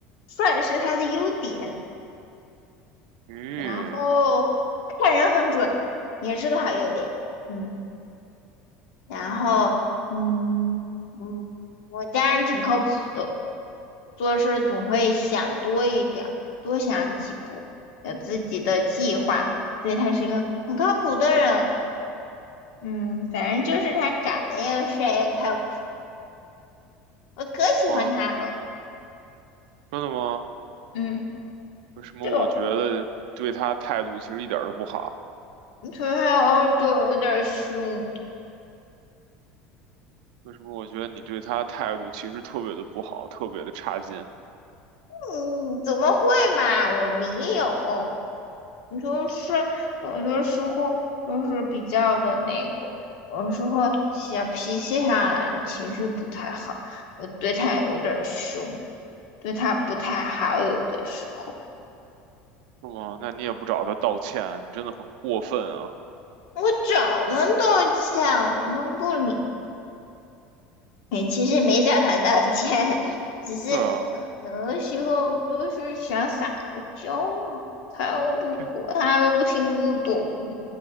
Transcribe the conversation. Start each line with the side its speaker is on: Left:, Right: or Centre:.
Left: 帅是他的优点。
Right: 咦，
Left: 然后看人很准，也是个好优点。嗯，然后嗯嗯，我家人挺靠谱的，做事总会想多一点儿，多想几步，有自己的计划，所以他是一个很靠谱的人。嗯，反正就是他长得又帅又靠谱，我可喜欢他了。
Right: 哇，真的吗？
Left: 嗯，
Right: 为什么我觉得你对他态度其实一点儿都不好？
Left: 就可是他偶尔对我有点儿凶。
Right: 为什么我觉得你对他态度其实特别的不好，特别的差劲？
Left: 嗯，怎么会嘛？我没有，你就是有的时候就是比较的那个，有的时候小脾气上来了，情绪不太好，我对他有点儿凶，对他不太好，有的时候。
Right: 是吗？那你也不找他道歉，你真的很过分啊！
Left: 我早能道歉，我能不理？<laughs> 也其实没找他道歉，<laughs> 只是嗯，
Right: 对啊，
Left: 有的时候就是想撒个娇嘛，他又不管，
Right: 听
Left: 他又不听不懂。